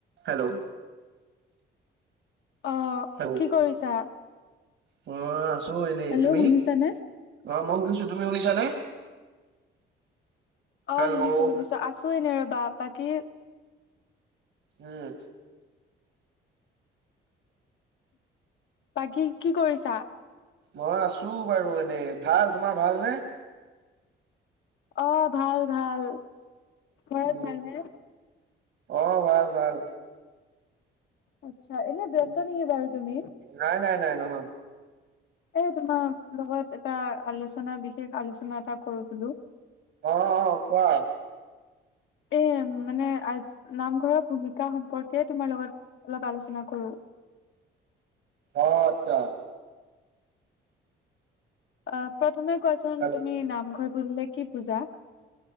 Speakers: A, on the right; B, on the left.
A: Hello
B: অ
A: hello
B: কি কৰিছা
A: মই আছো এনেই
B: হেল্ল'
A: তুমি
B: শুনিছানে?
A: অ মই শুনিছো তুমি শুনিছানে
B: অ
A: হেল্ল'
B: শুনিছো
A: উম
B: শুনিছো আছো এনে ৰবা বাকী
A: উম
B: বাকী কি কৰিছা
A: মই আছো বাৰু এনেই ভাল তোমাৰ ভালনে
B: অ ভাল ভাল ঘৰত
A: উম
B: ভালনে
A: অ ভাল ভাল
B: আতছা এনে ব্যস্ত
A: উম,
B: নেকি বাৰু তুমি
A: নাই নাই নাই নহয়
B: এ তোমাৰ লগত এটা আলোচনা বিশেষ আলোচনা এটা কৰো বোলো
A: অ অ কোৱা
B: এ মানে আ নামঘৰৰ ভূমিকা সম্পৰ্কে তোমাৰ লগত অলপ আলোচনা কৰো
A: অ আতছা
B: অ প্ৰথমে কোৱাচোন
A: হেল্ল'
B: তুমি নামঘৰ বুলিলে কি বুজা